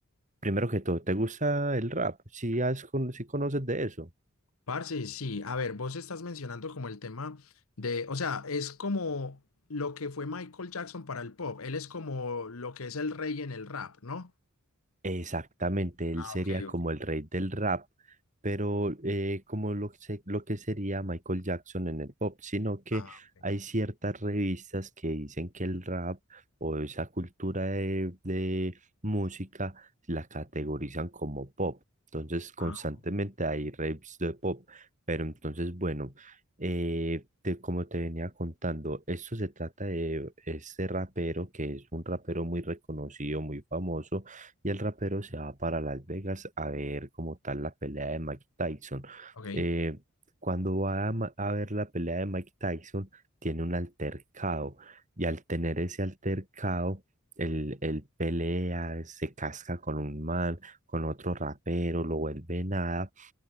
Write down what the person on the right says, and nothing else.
primero que todo, ¿te gusta el rap? Si has, con- sí conoces de eso.
Exactamente, él
sería
como
el rey del rap, pero eh, como lo, que se- lo que sería Michael Jackson en el pop, sino que
hay ciertas revistas que dicen que el rap o esa cultura de, de música la categorizan como pop. Entonces, constantemente
hay raps de pop, pero entonces, bueno, eh, te- como te venía contando, esto se trata de este rapero que es un rapero muy reconocido, muy famoso y el rapero se va para Las Vegas a ver como tal la pelea de Mike Tyson.
Eh, cuando va a, ma- a ver la pelea de Mike Tyson, tiene un altercado y al tener ese altercado, el, el pelea, se casca con un man, con otro rapero, lo vuelve nada